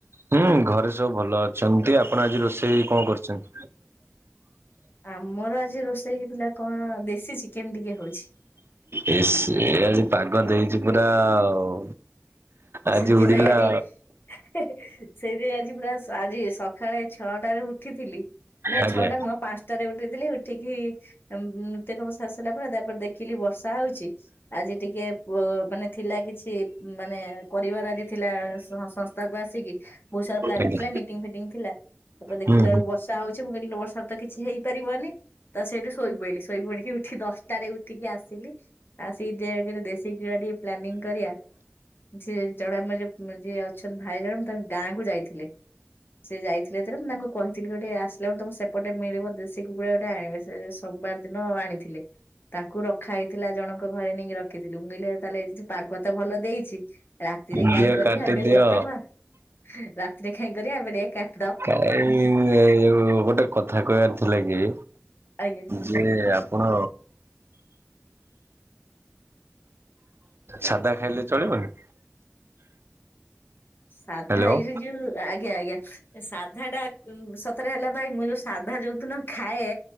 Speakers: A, on the right (about 65°); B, on the left (about 55°).
A: ହୁଁ ଘରେ ସବୁ ଭଲ ଅଛନ୍ତି। ଆପଣ ଆଜି ରୋଷେଇ କଁ କରଚନ୍ତ୍?
B: ଆମର ଆଜି ରୋଷେଇ ହେଇଥିଲା କଣ ଦେଶୀ ଚିକେନ୍ ଟିକେ ହଉଛି।
A: ଏସେ ଆଜି ପାଗ ଦେଇଚି ପୁରା ଆଉ। ଆଜି
B: ସେଥିପାଇଁ
A: ଉଡ଼ିଲା।
B: ଆଜି ସେଇଥିପାଇଁ ଆଜି ପରା ସ ଆଜି ସ ଖାଳେ ଛଅଟାରେ ଉଠିଥିଲି ନାଇଁ
A: ଆଜ୍ଞା
B: ଛଅଟା ନୁହଁ ପାଁଶ୍ ଟାରେ ଉଠିଥିଲି ଉଠିକି ଉଁ ନୁତ୍ୟ କାମ ସାରିସାରିଲା ପରେ ତାପରେ ଦେଖିଲି ବର୍ଷା ହଉଚି। ଆଜି ଟିକେ ପ ମାନେ ଥିଲା କିଛି ମାନେ କରିବାର ଆଜି ଥିଲା ସ ସଂସ୍ଥାକୁ ଆସିକି। ବୋହୁ ସାରା ପ୍ଲାନିଙ୍ଗ
A: ଆଜ୍ଞା
B: ଥିଲା ମିଟିଂ ଫିଟିଂ ଥିଲା ତାପରେ ଦେଖିଲା
A: ହୁଁ
B: ଅଳୁ ବଷ୍ ତା ହଉଛିି ମୁଁ କଇନି ଇନୁ ବର୍ଷାରେ ତ କିଛି ହେଇପାରିବନି। ତ ସେଉଠୁ ଶୋଇ ପଇଲି ଶୋଇ ପଡ଼ିକି ଉଠି ଦଶଟାରେ ଉଠିକି ଆସିଲି। ଆଉ ସେଇ ଦେ କିରେ ଦେଶୀ କିଳା ଟିକେ ପ୍ଲାନିଂ କରିଆ। ସିଏ ଜଣେ ଆମ ଯୋଉ ଯିଏ ଅଛନ୍ତି ଭାଇ ଜଣେ ତାଙ୍କ ଗାଁକୁ ଯାଇଥିଲେ। ସିଏ ଯାଇଥିଲେ ଥରେ ମୁଁ ତାଙ୍କୁ କହିଥିନି ଗୋଟେ ଆସିଲାଉ ତମ ସେପଟେ ମିଳିବ ଦେଶି କୁକୁଡ଼ା ଗୋଟେ ଆଣିବେ। ସେ ସୋମବାର ଦିନ ଆଣିଥିଲେ। ତାକୁ ରଖା ହେଇଥିଲା ଜଣଙ୍କ ଘରେ ନେଇକି ରଖିଥିଲୁ। ମୁଁ କହିଲେ ତାହେଲେ ପାଗ ତ ଭଲ ଦେଇଛି। ରାତିରେ
A: ହୁଁ
B: କାଇଁ
A: ଦିଅ
B: କରିବା,
A: କାଟିଦିଅ।
B: ଏବେ କରିଦବା, ରାତିରେ କାଇଁ କରିବା, ଏବେ ଟିକେ କା
A: କାଇ ଏ ଉ, ଗୋଟେ କଥା କହିବାର ଥିଲା କି।
B: ଆଜ୍ଞା।
A: ଯେ ଆପଣ ସାଧା ଖାଇଲେ ଚଳିବନି?
B: ସାଧା
A: ହ୍ୟାଲୋ।
B: ହେଇଚି ଯେ <unintelligible> ଆ, ଆଜ୍ଞା, ଆଜ୍ଞା ସାଧା ଟା ଉଁ, ସତରେ ହେଲା ଭାଇ ମୁଁ ଯୋଉ ସାଧା ଯୋଉଦିନ ଖାଏ